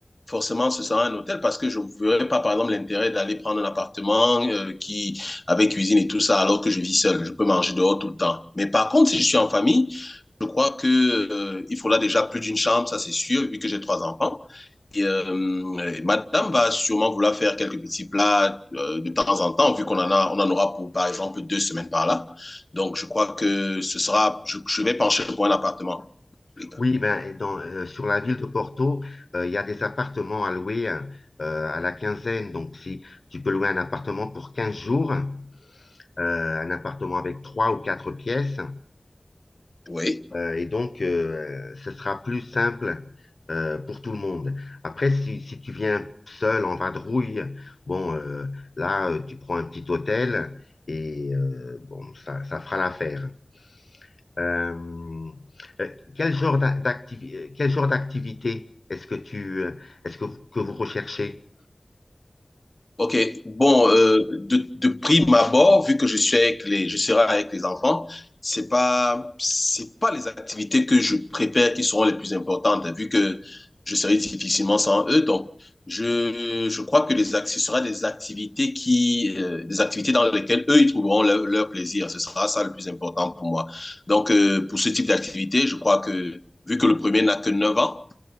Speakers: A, on the left; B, on the left.
A: forcément, ce sera un hôtel parce que je ne verrais pas, par exemple, l'intérêt d'aller prendre un appartement euh, qui, avec cuisine et tout ça, alors que je vis seul. Je peux manger dehors tout le temps. Mais par contre, si je suis en famille, je crois que, euh, il faudra déjà plus d'une chambre, ça c'est sûr, vu que j'ai trois enfants. Et, euh, et madame va sûrement vouloir faire quelques petits plats euh, de temps en temps, vu qu'on en a, on en aura pour, par exemple, deux semaines par là. Donc, je crois que ce sera, je, je vais pencher pour un appartement. Oui.
B: Oui, ben, dans, euh, sur la ville de Porto, euh, il y a des appartements à louer hein, euh, à la quinzaine. Donc, si tu peux louer un appartement pour 15 jours, euh, un appartement avec trois ou quatre pièces,
A: Oui.
B: euh, et donc, euh, ce sera plus simple euh, pour tout le monde. Après, si, si tu viens seul en vadrouille, bon, euh, là, euh, tu prends un petit hôtel et euh, bon, ça, ça fera l'affaire. Euh, euh, quel genre d'a- quel genre d'activité est-ce que tu, euh, est-ce que vous, que vous recherchez?
A: Ok, bon, euh, de, de prime abord, vu que je suis avec les, je serai avec les enfants, c'est pas, c'est pas les activités que je prépare qui seront les plus importantes, hein, vu que je serai difficilement sans eux. Donc, je, je crois que les, ac- ce sera des activités qui, euh, des activités dans lesquelles eux, ils trouveront leur, leur plaisir. Ce sera ça le plus important pour moi. Donc, euh, pour ce type d'activité, je crois que, vu que le premier n'a que 9 ans,